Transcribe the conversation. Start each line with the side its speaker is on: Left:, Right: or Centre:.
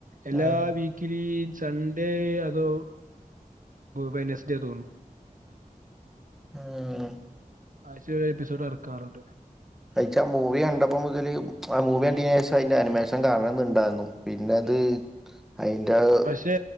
Right: എല്ലാ
Centre: ആഹ്
Right: വീ ക്കിലീ സൺഡേ അതോ വെനസ്ഡേ തോന്നുന്നു
Centre: ആഹ്
Right: ആശയ എപ്പിസോഡ് എറക്കാറുണ്ട്
Centre: അയ്ച്ചാ മൂവി കണ്ടപ്പോ മുതല് ആ മൂവി കണ്ടന് ശേഷം അതിന്റെ അനിമേഷൻ കാണണം ന്നുണ്ടായിരുന്നു പിന്നെ അത്
Right: <inaudible>
Centre: അയ്ന്റാത്
Right: പക്ഷെ